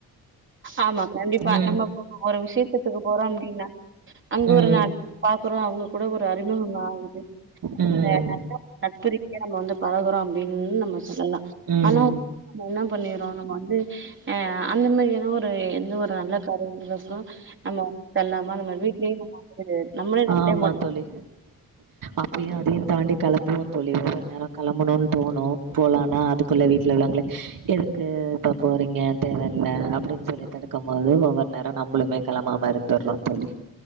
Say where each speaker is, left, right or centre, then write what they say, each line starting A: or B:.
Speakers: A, on the right (about 30°); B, on the right (about 60°).
A: ஆமா கண்டிப்பா
B: ம்.
A: நம்ம இப்பபோ ஒரு விசேஷத்துக்கு போறோ அப்டின்னா அங்க
B: ம்.
A: ஒரு நாள் பாக்கறோ அவங்க கூட ஒரு அறிமுகம் ஆகுது அ
B: ம்.
A: நட்பு ரீதியா நம்ம வந்து பழகறோ ம் நம்ம சொல்லலா
B: ம்.
A: ஆனா நம்ம என்ன பண்ணிர்றோ நம்ம வந்து ஆ, அந்த மாரி ஏதோ ஒரு ஒரு எந்த ஒரு நல்ல காரியம் <unintelligible> நம்ம வதல்லாம நம்ம வீட்லேயே நம்ம வந்து நம்மளே நம்மளே
B: ஆமா
A: முடிச்சுக்கோ.
B: தோழி அப்படியும் அதையும் தாண்டி கல வும் தோழி ஒவ்வொரு நேரம் களம்பணுன்னு தோணும் போலான்னா அதுக்குள்ளே வீட்ல உள்ளவாங்களே எதுக்கு இப்போ போறீங்க தேவையில்ல அப்படின்னு சொல்லி தடுக்கும் போது ஒவ்வொரு நேரம் நம்மளுமே களம்பாம இருந்துடுறோம் தோழி